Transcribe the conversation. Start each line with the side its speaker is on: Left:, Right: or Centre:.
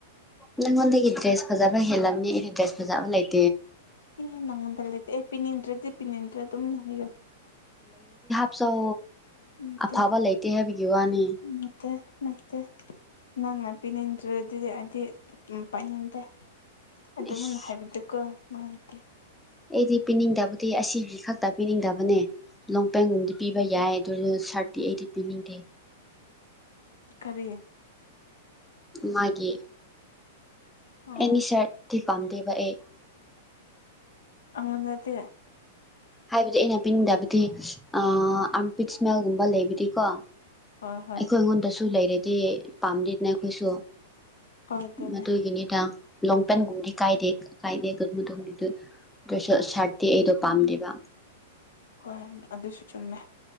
Centre: ꯅꯪꯉꯣꯟꯗꯒꯤ ꯗ꯭ꯔꯦꯁ ꯐꯖꯕ ꯍꯦꯜꯂꯝꯃꯤ ꯑꯩꯅ ꯏꯟꯇꯔꯦꯁ ꯐꯖꯕ ꯂꯩꯇꯦ
Left: ꯏꯍꯦ ꯅꯪꯉꯣꯟꯗ ꯂꯩꯇꯦ ꯑꯩ ꯄꯤꯅꯤꯡꯟꯗ꯭ꯔꯗꯤ ꯄꯤꯅꯤꯡꯟꯗ꯭ꯔꯦ ꯑꯗꯨꯝꯅ ꯍꯥꯏꯌꯣ
Centre: ꯆꯞꯆꯧ
Left: ꯅꯠꯇꯦ
Centre: ꯑꯐꯕ ꯂꯩꯇꯦ ꯍꯥꯏꯕꯒꯤ ꯋꯥꯅꯤ
Left: ꯅꯠꯇꯦ ꯅꯠꯇꯦ ꯅꯪꯅ ꯄꯤꯅꯤꯡꯗ꯭ꯔ ꯑꯗꯨꯗꯤ ꯑꯩꯗꯤ ꯄꯥꯏꯅꯤꯡꯗꯦ ꯑꯗꯨ
Centre: ꯏꯁ
Left: ꯃꯅ ꯍꯥꯏꯕꯗꯨꯀꯣ ꯅꯨꯡꯉꯥꯏꯇꯦ
Centre: ꯑꯩꯗꯤ ꯄꯤꯅꯤꯡꯗꯕꯨꯗꯤ ꯑꯁꯤꯒꯤ ꯈꯛꯇ ꯄꯤꯅꯤꯡꯗꯕꯅꯦ ꯂꯣꯡꯄꯦꯟꯒꯨꯝꯗꯤ ꯄꯤꯕ ꯌꯥꯏ ꯑꯗꯨꯅ ꯁꯥꯔꯗꯤꯤ ꯑꯩꯗꯤ ꯄꯤꯅꯤꯡꯗꯦ
Left: ꯀꯔꯤꯌꯦ
Centre: ꯃꯥꯒꯤ
Left: ꯑꯣ
Centre: ꯑꯦꯅꯤ ꯁꯔ ꯊꯤ ꯄꯥꯝꯗꯦꯕ ꯑꯦ
Left: ꯑꯉꯗꯤ
Centre: ꯍꯥꯏꯕꯗꯤ ꯑꯩꯅ ꯄꯤꯅꯤꯡꯗꯕꯗꯤ ꯑꯥꯔꯝꯄꯤꯠ ꯏꯁꯃꯦꯜꯒꯨꯝꯕ ꯂꯩꯕꯗꯤꯀꯣ
Left: ꯍꯣꯏ ꯍꯣꯏ
Centre: ꯑꯩꯈꯣꯏ ꯑꯩꯉꯣꯟꯗꯁꯨ ꯂꯩꯔꯗꯤ ꯄꯥꯝꯗꯦꯅꯦ ꯑꯩꯈꯣꯏꯁꯨ
Left: ꯍꯣꯏ ꯑꯗꯨꯅꯦ
Centre: ꯑꯗꯨꯒꯤꯅꯤꯗ ꯂꯣꯡꯄꯦꯟꯒꯨꯝꯕꯗꯤ ꯀꯥꯏꯗꯦ ꯀꯥꯏꯗꯦ <unintelligible> ꯗꯣꯏꯁꯨ ꯁꯥꯔꯠꯇꯤ ꯑꯩꯗꯣ ꯄꯥꯝꯗꯦꯕ
Left: ꯍꯣꯏ ꯑꯗꯨꯁꯨ ꯆꯨꯝꯃꯦ